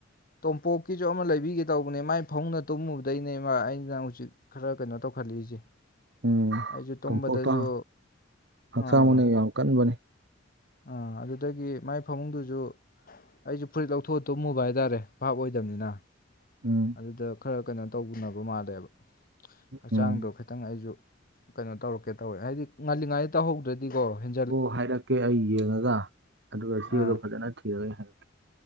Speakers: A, on the left; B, on the right.
A: ꯇꯣꯝꯄꯣꯛꯀꯤꯁꯨ ꯑꯃ ꯂꯩꯕꯤꯒꯦ ꯇꯧꯕꯅꯦ ꯃꯥꯏ ꯐꯧꯅ ꯇꯨꯝꯃꯨꯕꯗꯩꯅꯦꯕ ꯑꯩꯅ ꯍꯧꯖꯤꯛ ꯈꯔ ꯀꯩꯅꯣ ꯇꯧꯈꯠꯂꯛꯏꯁꯦ
B: ꯎꯝ
A: ꯑꯩꯁꯨ ꯇꯨꯝꯕꯗꯁꯨ
B: ꯇꯣꯝꯄꯣꯛꯇꯣ ꯍꯛꯆꯥꯡ
A: ꯑꯥ
B: ꯃꯅ ꯌꯥꯝ ꯀꯟꯕꯅꯦ
A: ꯑꯥ ꯑꯗꯨꯗꯒꯤ ꯃꯥꯏ ꯐꯃꯨꯡꯗꯨꯁꯨ ꯑꯩꯁꯨ ꯐꯨꯔꯤꯠ ꯂꯧꯊꯣꯛꯑ ꯇꯨꯝꯃꯨꯕ ꯍꯥꯏꯇꯥꯔꯦ ꯚꯥꯞ ꯑꯣꯏꯗꯕꯅꯤꯅ
B: ꯎꯝ
A: ꯑꯗꯨꯗ ꯈꯔ ꯀꯩꯅꯣ ꯇꯧꯕꯅꯕ ꯃꯥꯜꯂꯦꯕ ꯍꯛꯆꯥꯡꯗꯣ
B: ꯎꯝ
A: ꯈꯤꯇꯪ ꯑꯩꯁꯨ ꯀꯩꯅꯣ ꯇꯧꯔꯛꯀꯦ ꯇꯧꯋꯦ ꯍꯥꯏꯗꯤ ꯉꯥꯜꯂꯤꯉꯩꯗ ꯇꯧꯍꯧꯗ꯭ꯔ ꯍꯦꯟ
B: ꯑꯣ ꯍꯥꯏꯔꯛꯀꯦ ꯑꯩ ꯌꯦꯡꯉꯒ ꯑꯗꯨꯒ ꯆꯦꯗꯣ
A: ꯑꯥ
B: ꯐꯖꯅ ꯊꯤꯔꯒꯦ ꯍꯥꯏꯔꯛꯀꯦ